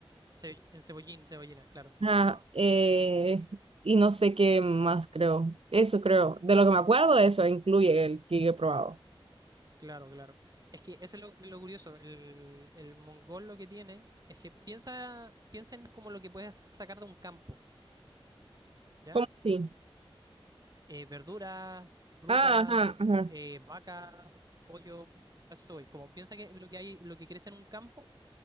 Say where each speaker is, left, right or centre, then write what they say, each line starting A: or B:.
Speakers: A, on the right; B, on the right.
A: ce- en cebollín, cebollina, claro.
B: Ajá, eh, y no sé qué más creo. Eso creo. De lo que me acuerdo, eso incluye el que yo he probado.
A: Claro, claro. Es que eso es lo, lo curioso. El, el mongol lo que tiene es que piensa, piensa en como lo que puedes sacar de un campo, ¿ya?
B: ¿Cómo sí?
A: eh, verduras, frutas,
B: Ah, ajá, ajá.
A: eh, vacas, pollo, a eso voy. Como piensa que lo que hay, lo que crece en un campo,